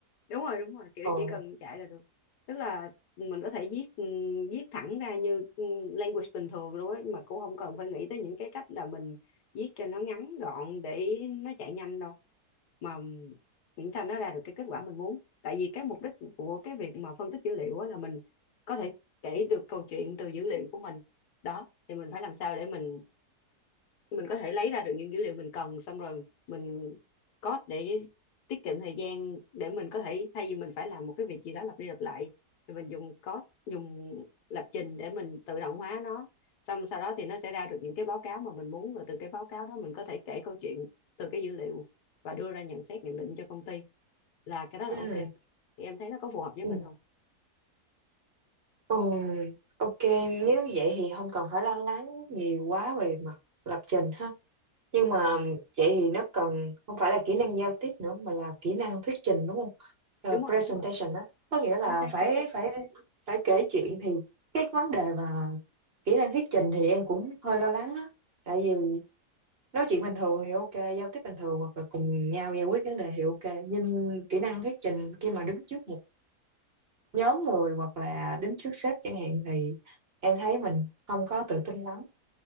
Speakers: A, on the left (about 80°); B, on the right (about 40°).
A: đúng rồi đúng rồi kiểu
B: Ồ.
A: chỉ cần chạy là được tức là mình có thể viết ừm, viết thẳng ra như ừm, language bình thường luôn á mà cũng không cần phải nghĩ tới những cái cách là mình viết cho nó ngắn gọn để nó chạy nhanh đâu mà miễn sao nó ra được cái kết quả mình muốn tại vì cái mục đích của cái việc mà phân tích dữ liệu á là mình có thể kể được câu chuyện từ dữ liệu của mình đó thì mình phải làm sao để mình mình có thể lấy ra được những dữ liệu mình cần xong rồi mình code để tiết kiệm thời gian để mình có thể thay vì mình phải làm một cái việc gì đó lặp đi lặp lại thì mình dùng code dùng lập trình để mình tự động hóa nó xong sau đó thì nó sẽ ra được những cái báo cáo mà mình muốn và từ cái báo cáo đó mình có thể kể câu chuyện từ cái dữ liệu và đưa ra nhận xét nhận định cho công ty là cái đó
B: Ừ.
A: là ok thì em thấy nó có phù hợp với
B: Ừ.
A: mình không
B: Ừ, ok, nếu vậy thì không cần phải lo lắng nhiều quá về mặt lập trình ha. Nhưng mà vậy thì nó cần không phải là kỹ năng giao tiếp nữa mà là kỹ năng thuyết trình đúng không? Ờ,
A: đúng rồi
B: presentation
A: đúng rồi
B: á, có nghĩa là
A: chính xác
B: phải
A: chính xác
B: phải phải kể chuyện thì cái vấn đề mà kỹ năng thuyết trình thì em cũng hơi lo lắng á. Tại vì nói chuyện bình thường thì ok, giao tiếp bình thường hoặc là cùng nhau giải quyết vấn đề thì ok, nhưng kỹ năng thuyết trình khi mà đứng trước một nhóm người hoặc là đứng trước sếp chẳng hạn thì em thấy mình không có tự tin lắm